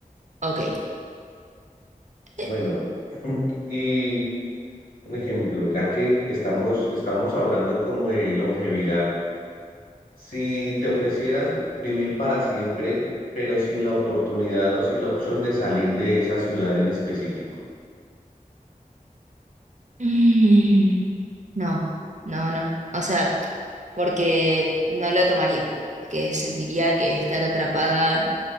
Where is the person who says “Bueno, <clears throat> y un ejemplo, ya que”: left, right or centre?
Left